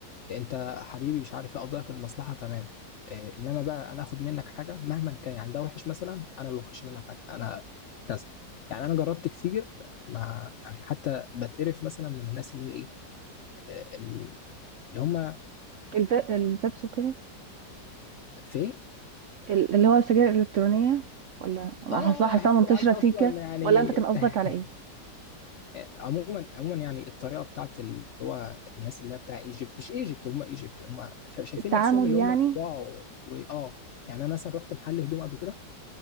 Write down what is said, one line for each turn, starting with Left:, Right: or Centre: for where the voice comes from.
Left: أنت حبيبي مش عارف إيه أقدرك المصلحة تمام إيه إنما بقى أنا آخد منك حاجة مهما كان يعني ده وحش مثلا أنا ما باخدش منه حاجة أنا كذا يعني أنا جربت كتير مع يعني حتى بتقرف مثلا من الناس اللي هي إيه إيه، اللي هم
Right: الف... الفيبس وكده
Left: في
Right: ال- اللي هو السجاير الالكترونية ولا
Left: اه
Right: حصلها حاساها
Left: احس
Right: منتشرة
Left: العيال ده
Right: سيكة
Left: اصلا يعني
Right: ولا انت كان قصدك
Left: <laughs>
Right: على ايه
Left: عموما عموما يعني الطريقه بتاعت اللي هو الناس اللي هي بتاع ايجيبت مش ايجيبت هم ايجيبت هم شايفين
Right: التعامل
Left: نفسهم اللي
Right: يعني
Left: هم واو واه يعني انا مثلا رحت محل هدوم قبل كده